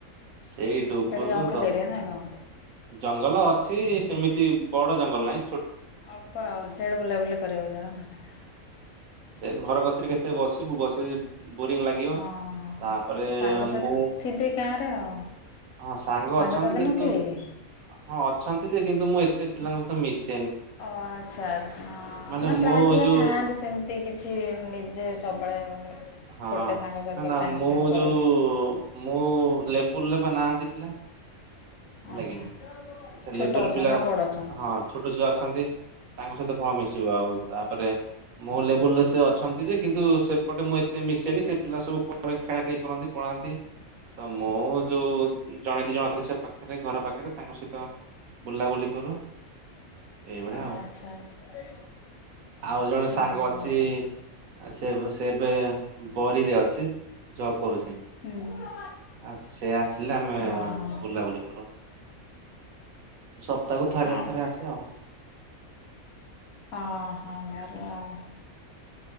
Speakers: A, on the right; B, on the left.
A: ସେଇ ଡୁବରିରୁ
B: ସେଇଟା ଜଙ୍ଗଲ
A: ଦଶ
B: ଏରିଆ
A: କିଲ
B: ନା କଣ
A: ଜଙ୍ଗଲ ଅଛ <unintelligible> ସେମିତି ବଡ ଜଙ୍ଗଲ ନାଇଁ।
B: ଅଳ୍ପ ଆଉ ସିଆଡ଼େ ବୁଲାବୁଲି କରିବାକୁ ଯାଅ।
A: ଏ ଘର କତିରେ କେତେ ବସିବୁ ବସି ବୋରିଂ ଲାଗିବ
B: ହଁ
A: ତାପରେ
B: ସାଙ୍ଗସାଥି
A: ମୁଁ
B: ଥିବେ ଗାଁରେ ଆଉ
A: ହଁ ସାଙ୍ଗ
B: ସାଙ୍ଗସାଥି
A: ଅଛନ୍ତି କିନ୍ତୁ
B: ନଥିବେ କି?
A: ହଁ ଅଛନ୍ତି ଯେ କିନ୍ତୁ ମୁଁ ଏତେ ପିଲାଙ୍କ ସହିତ ମିଶି
B: ଓ ଆଚ୍ଛା ଆଚ୍ଛା ହଁ
A: ମାନେ
B: ନା
A: ମୁଁ
B: ପ୍ରାୟ ପିଲା
A: ଯୋଉ
B: ଥାଆନ୍ତି ସେମତି କିଛି ନିଜେ ତବେଳେ ମାନେ
A: ହଁ
B: ଗୋଟେ ସାଙ୍ଗ ସହିତ
A: ନା ନା
B: ଟାଇମ୍
A: ମୁଁ
B: ସ୍ପେଣ୍ଡ କରିବା
A: ଯୋଉ
B: ପାଇଁ
A: ମୁଁ ଲେବୁଲରେ ପା ନା ପିଲା ହେଲା
B: ଆଚ୍ଛା
A: କିି ସେ
B: ଛୋଟ
A: ଲେବୁଲ
B: ଅଛନ୍ତି
A: ପିଲା
B: ନା ବଡ଼ ଅଛନ୍ତି?
A: ହଁ ଛୋଟ ଛୁଆ ଅଛନ୍ତି। ତାଙ୍କ ସହିତ କଣ ମିଶିବ ଆଉ ତାପରେ ମୋ ଲେବୁଲରେ ସେ ଅଛନ୍ତି ଯେ କିନ୍ତୁ ସେପଟେ ମୁଁ ଏତେ ମିଶେନି ସେ ପିଲା ସବୁ କୋଉଁଆଡେ ଖେଳା ଖେଳି କରନ୍ତି। ନ୍ତି ତ ମୋ ଯୋଉ ଜଣେ ଦି ଜଣ ଅଛନ୍ତି ସେ ପାଖରେ ଘର ପାଖରେ ତାଙ୍କ ସହିତ ବୁଲାବୁଲି କରୁ। ଏଇଭଳିଆ
B: ଓ
A: ଆଉ
B: ଆଚ୍ଛା ଆଚ୍ଛା।
A: ଆଉ ଜଣେ
B: ହୁଁ
A: ସାଙ୍ଗ ଅଛି। ଆ ସେ ଏବେ ସେ ଏବେ ବରୀରେ ଅଛି ଜବ୍ କରୁଚି।
B: ହୁଁ
A: ଆସେ ଆସିଲେ ଆମେ
B: ଓହୋ
A: <inaudible> ସେ ସପ୍ତାହକୁ ଥରେ
B: ଆଚ୍ଛା।
A: ଥରେ ଆସେ ଆଉ।
B: ହଁ ହଁ।